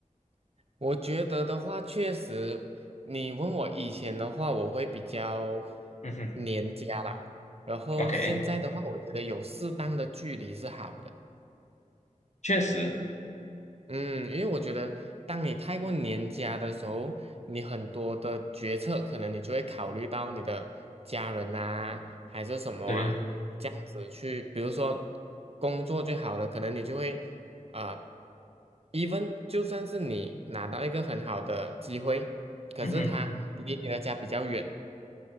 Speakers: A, on the right (about 50°); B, on the left (about 60°).
A: 我觉得的话，确实，你问我以前的话，我会比较
B: 嗯哼
A: 黏家啦，然后现在的话，
B: ，OK，
A: 我觉得有适当的距离是好的。
B: 确实，
A: 嗯，因为我觉得，当你太过年家的时候，你很多的决策可能你就会考虑到你的家人啊，还是什么啊，
B: 对，
A: 这样子去，比如说工作就好了，可能你就会啊、呃、，even 就算是你拿到一个很好的机会，可是它离你的家比较远，
B: 嗯哼，